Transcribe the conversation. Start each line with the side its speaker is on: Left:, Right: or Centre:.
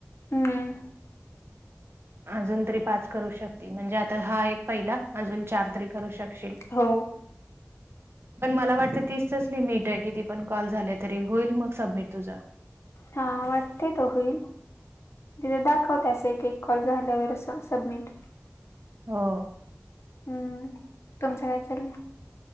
Left: हम्म.
Right: अजून तरी पाच करू शकती म्हणजे आता हा एक पहिला अजून चार तरी करू शकशील.
Left: हो.
Right: पण मला वाटतं तीसचाच लिमिट आहे किती पण कॉल झाले तरी होईल मग सबमिट तुझा.
Left: हा वाटतय तो होईल. तिथे दाखवते असं एक एक कॉल झाल्यावर असं सबमिट.
Right: हो.
Left: हम्म, तुमचं काय चाल्लयं?